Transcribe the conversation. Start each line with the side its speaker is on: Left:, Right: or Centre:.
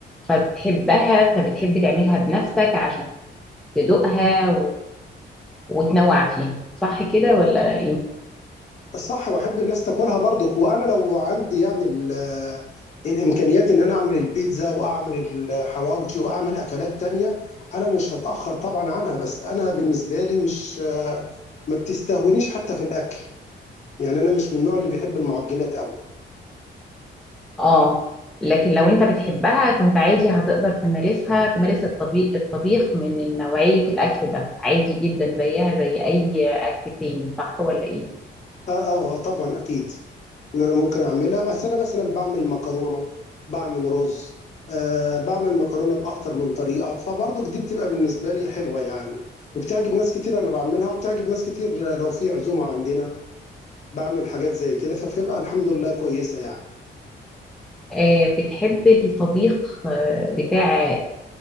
Centre: فبتحبها فبتحب تعملها بنفسك عشان تدوقها وتنوع فيها صح كده ولا ايه
Left: صح واحب الناس تاكلها برضك وانا لو عندي يعني ال- الامكانيات ان انا اعمل البيتزا واعمل الحواوشي واعمل اكلات تانية انا مش هتاخر طبعا عنها بس انا بالنسبه لي مش ما بتستهونيش حتى في الاكل يعني انا مش من النوع اللي بيحب المعجنات قوي
Centre: اه لكن لو انت بتحبها كنت عادي هتقدر تمارسها تمارس الطبيخ الطبيخ من نوعية الأكل ده عادي جدا زيها زي أي أكل تاني صح ولا ايه
Left: اه اه آه، طبعا اكيد ان انا ممكن اعملها بس انا مثلا بعمل مكرونه بعمل رز آه بعمل مكرونه باكتر من طريقه فبرضك دي بتبقى بالنسبه لي حلوه يعني وبتعجب ناس كتير انا بعملها وبتعجب ناس كتير لو في عزومه عندنا بعمل حاجات زي كده فبتبقى الحمد لله كويسه يعني
Centre: آه بتحب الطبيخ آه، بتاع آه،